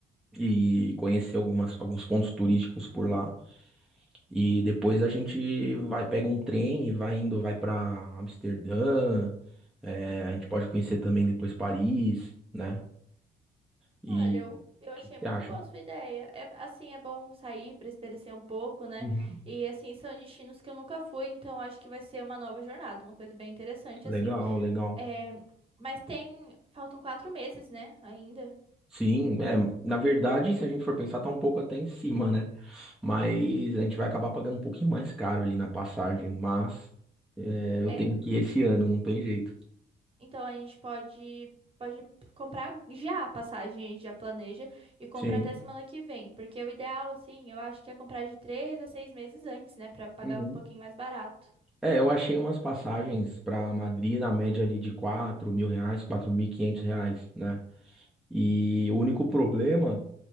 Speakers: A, in the centre; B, on the right.
A: e conhecer algumas, alguns pontos turísticos por lá. E depois a gente vai, pega um trem e vai indo, vai para Amsterdã. é, a gente pode conhecer também depois Paris, né? E
B: Olha, eu,
A: o
B: eu
A: que
B: achei
A: que você
B: muito
A: acha?
B: boa a sua ideia. É, assim, é bom sair para espairecer um pouco, né?
A: Uhum.
B: E assim, são destinos que eu nunca fui, então acho que vai ser uma nova jornada, uma coisa bem interessante, assim.
A: Legal, legal.
B: É, mas tem, faltam quatro meses, né? Ainda.
A: Sim, é, na verdade, se a gente for pensar, tá um pouco até em cima, né? Mas
B: E-
A: a gente vai acabar pagando um pouquinho mais caro ali na passagem, mas é, eu
B: É,
A: tenho que ir esse ano, não tem jeito.
B: então a gente pode, pode comprar já a passagem, a gente já planeja e compra
A: Sim.
B: até semana que vem, porque o ideal, assim, eu acho que é comprar de três a seis meses antes, né? Para pagar
A: Uhum.
B: um pouquinho mais barato.
A: É, eu achei umas passagens para Madrid na média ali de quatro mil reais, 4.500 reais, né? E o único problema